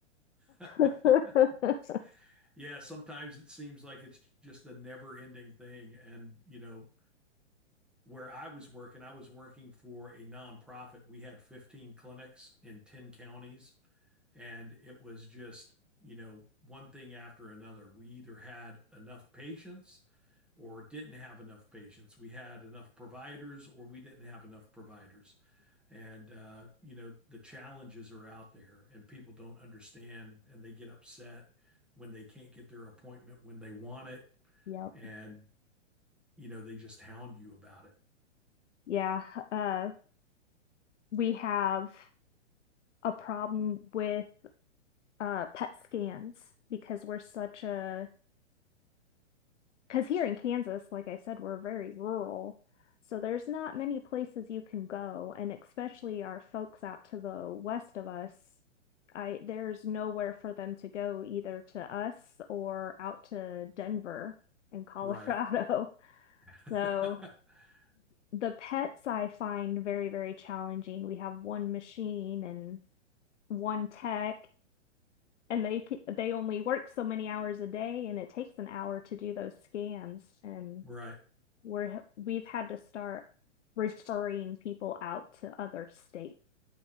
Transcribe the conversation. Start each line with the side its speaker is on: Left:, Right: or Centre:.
Centre: <laughs>
Left: <laughs>
Centre: yeah sometimes it seems like it's just the never ending thing and you know where I was working I was working for a nonprofit we had 15 clinics in 10 counties And it was just, you know, one thing after another. We either had enough patients or didn't have enough patients. We had enough providers or we didn't have enough providers. And, uh, you know, the challenges are out there and people don't understand and they get upset when they can't get their appointment when they want it.
Left: Yep.
Centre: And, you know, they just hound you about it.
Left: Yeah. Uh, we have a problem with uh, PET scans because we're such a Because here in Kansas, like I said, we're very rural. So there's not many places you can go, and especially our folks out to the west of us, I there's nowhere for them to go either to us or out to Denver and Colorado.
Centre: Right.
Left: <laughs>
Centre: <laughs>
Left: So the pets I find very, very challenging. We have one machine and one tech, and they they only work so many hours a day, and it takes an hour to do those scans and
Centre: right.
Left: we're we've had to start referring people out to other states.